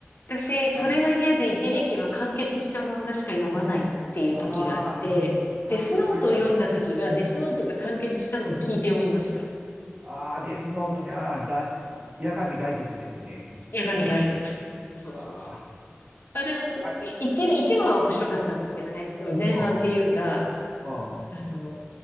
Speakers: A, on the left; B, on the right.
A: 私、それが嫌で一時期は完結した漫画しか読まないっていう時があって、
B: あ、あ、ああ、うん、確かに、
A: デスノートを読んだ時が、
B: 確かに。
A: デスノートが完結したのを聞いて読みました。
B: ああ、デスノートに、ああ、ライ、八神ライト君ですよね。
A: 八神ライト君。
B: あ
A: そうそうそう。
B: あ、ああ、
A: あ、でも、
B: あれ、
A: い一部、一部は面白かったんですけどね。その前半っていうか、
B: うん、うん、うん、
A: あの、